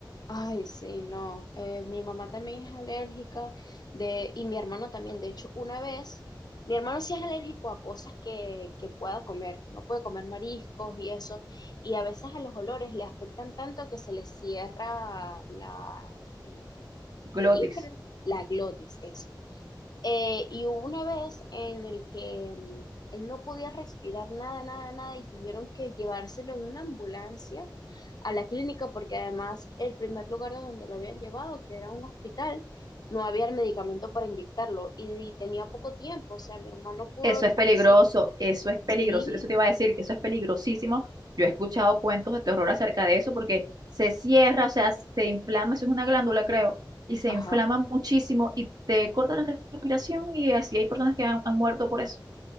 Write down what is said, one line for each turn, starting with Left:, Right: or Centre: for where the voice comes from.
Left: Ay, sí, no. Eh, mi mamá también es alérgica de, y mi hermano también. De hecho, una vez, mi hermano sí es alérgico a cosas que, que pueda comer. No puede comer mariscos y eso. Y a veces a los olores le afectan tanto que se le cierra la, la,
Right: glotis.
Left: Irgen, la glotis es. Eh, y hubo una vez en el que mm, él no podía respirar nada, nada, nada y tuvieron que llevárselo en una ambulancia a la clínica porque además el primer lugar de donde lo habían llevado, que era un hospital, no había el medicamento para inyectarlo y, y tenía poco tiempo, o sea, mi hermano pudo
Right: Eso
Left: haber
Right: es
Left: fallecido.
Right: peligroso, eso es peligroso,
Left: Sí,
Right: eso te iba a decir que eso es peligrosísimo. Yo he escuchado cuentos de terror acerca de eso porque se cierra, o sea, se inflama, eso es una glándula, creo, y se
Left: ajá.
Right: inflama muchísimo y te corta la respiración y así hay personas que han, han muerto por eso.